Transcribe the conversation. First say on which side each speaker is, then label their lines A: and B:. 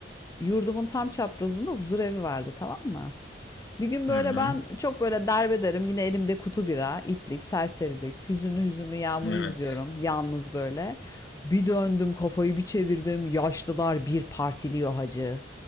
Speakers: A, on the left (about 15°); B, on the left (about 70°).
A: Yurdumun tam çaprazında huzur evi vardı tamam mı? Bir gün böyle
B: Hı hı.
A: ben çok böyle derbederim yine elimde kutu bira, itlik, serserilik, hüzünlü hüzünlü yağmuru
B: Evet.
A: izliyorum yalnız böyle. Bir döndüm kafayı bir çevirdim yaşlılar bir partiliyor hacı.